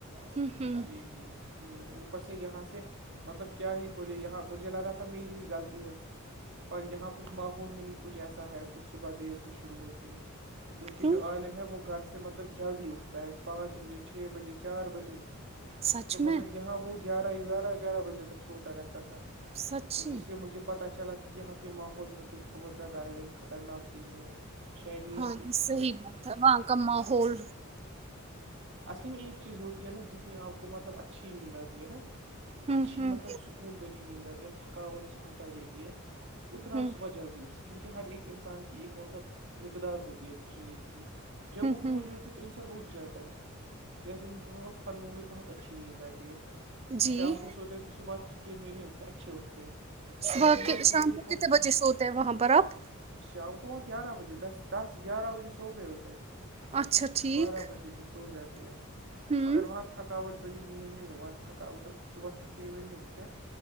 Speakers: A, on the right (about 30°); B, on the right (about 55°).
A: ہوں ہوں
B: جی جی ہمم ہ سے یہاں سے مطلب کیا ہی بولے یہاں مجھے لگا تھا میری ہی غلطی ہے پر یہاں کچھ ماحول میں ہی کچھ ایسا ہے کچھ صبح دیر سے شروع ہوتی ہے کیونکہ
A: کیوں
B: جو عالم ہے وہ گھر سے ب جلدی اٹھتا ہے پانچ بجے چھ بجے چار بجے
A: سچ
B: تو مگر
A: میں
B: یہاں وہ گیارہ ہی گیارہ گیارہ بجے تک سوتا رہتا تھا
A: سچی
B: تو اس سے مجھے پتا چلا کہ یہاں کے ماحول میں کچھ بہت زیادہ آئے خطرناک چیز ہے شائریین
A: ہاں یہ صحیح بات وہاں کا ماحول
B: اصلی میں ایک چیز ہوتی ہے نا جتنی آپ کو مطلب اچھی نیند آتی ہے نا
A: ہوں
B: اچھی
A: ہوں
B: مطلب سکون بھری نیند ارہی تھکاٹ ہٹ دیتی ہے اتنا
A: ہوں
B: آپ صبح جلدی اٹھ سکے کیونکہ ہر ایک انسان کی ایک مطلب مقدار ہوتی کچھ نیند کی جب
A: ہوں
B: وہ
A: ہوں
B: پوری ہوتی ہے تو انسان اٹھ جاتا ہے جیسے میں بولوں گا <unintelligible> میں بہت اچھی نیند آتی ہے
A: جی
B: شام کو سوتے ہیں تو صبح تھکے ہوئے نہیں اٹھتے اچھے اٹھتے ہیں
A: صبح
B: پر یہاں
A: کے
B: میں نے
A: شام
B: دیکھا
A: کو کتنے
B: کہ
A: بچے سوتے ہیں وہاں پر آپ
B: شام کو وہاں گیارہ بجے دس دس گیارہ بجے سو گئے ہوتے ہیں
A: اچھا ٹھیک
B: بارہ بجے بھی سو جاتے ہیں
A: ہوں
B: مگر وہاں تھکاوٹ بھری نیند نہیں ہوا تھکاٹ صبح تھکی ہوئی نہیں